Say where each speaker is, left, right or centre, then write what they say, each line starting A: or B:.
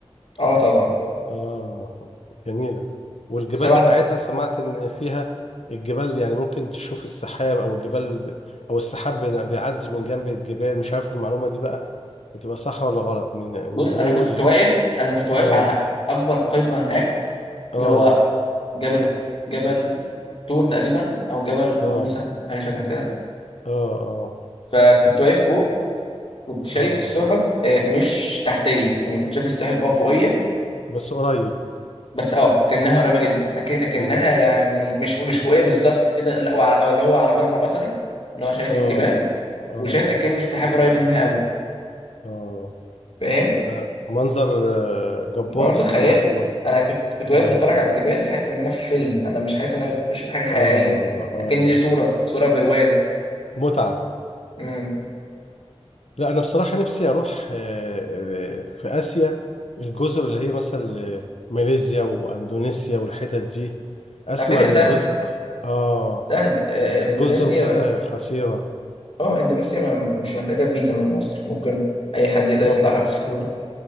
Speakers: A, on the left; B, on the left.
A: اه طبعا
B: آه جميلة والجبال
A: سبعة
B: بتاعتها سمعت إن فيها الجبال يعني ممكن تشوف السحاب أو الجبال ب... أو السحاب بي- بيعدي من جنب الجبال مش عارف المعلومة دي بقى بتبقى صح ولا غلط من
A: بص
B: من علو
A: انا كنت
B: ال
A: واقف انا كنت واقف
B: آه
A: على اكبر قمه هناك
B: آه
A: اللي هو جبل جبل طور تقريبا او جبل
B: آه
A: موسى حاجه شبه كده
B: آه آه
A: فكنت واقف فوق كنت شايف
B: آه
A: السحب آه، مش تحتيه يعني كنت شايف السحب اه فوقيه
B: بس قريب
A: بس اه كأنها قريبه جدا أك- اكنها
B: أيوه
A: يعني مش مش فوقيه بالظبط كده لا وعلى- او اللي هو على مرمى بصري اللي هو شايف
B: آه
A: الجبال
B: آه
A: وشايف اكن السحاب قريب منها قوي
B: آه
A: فاهم
B: ده منظر آه، جبار
A: منظر
B: خلي
A: خيالي
B: بالك المنظر
A: انا كنت كنت واقف
B: آه
A: بتفرج على الجبال حاسس ان انا في فيلم انا مش حاسس ان انا بشوف حاجه حقيقيه
B: آه آه
A: لكن دي صوره صوره برواز
B: متعة
A: امم
B: لا انا بصراحه نفسي اروح آه، آه، في اسيا الجزر اللي هي مثلا آه، ماليزيا واندونيسيا والحتت دي اسمع
A: على فكره
B: ان
A: سهل
B: الجزء اه
A: سهل آه
B: الجزر
A: اندونيسيا
B: بتاعتها
A: ما.
B: خطيره
A: اه اندونيسيا ما مش محتاجه فيزا من مصر ممكن اي حد يقدر
B: اه
A: يطلعها بسهوله